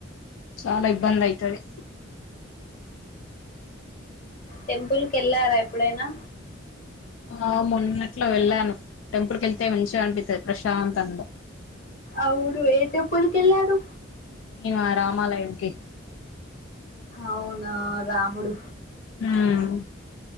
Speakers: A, on the left (about 70°); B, on the left (about 40°).
A: చాల ఇభందయితది
B: టెంపుల్ కెళ్ళారాఎప్పుడైనా
A: ఆ మొన్నట్లో వెళ్ళాను టెంపుల్కి వెళ్తే మంచిగా అనిపిత్తది ప్రశాంత్ంగా
B: అవుడు ఏ టెంపుల్కి వెళ్లారు
A: ఇవా రామాలయానికి
B: అవునా రాముడు
A: మ్